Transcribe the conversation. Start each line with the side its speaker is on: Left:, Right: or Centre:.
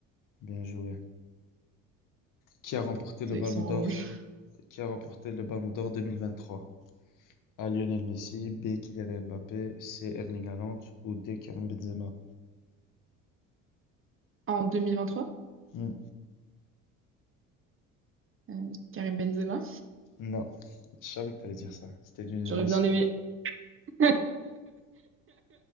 Left: Bien joué. Qui a remporté le
Right: ceux
Left: Ballon
Right: qui sont
Left: d'Or?
Right: en rouge.
Left: Qui a remporté le Ballon d'Or 2023? A. Lionel Messi, B. Kylian Mbappé, C. Erling Haaland ou D. Karim Benzema?
Right: En 2023,
Left: Hmm,
Right: euh, Karim Benzema.
Left: non, je savais que t'allais dire ça. C'était Lionel
Right: J'aurais
Left: Messi.
Right: bien aimé. <laughs>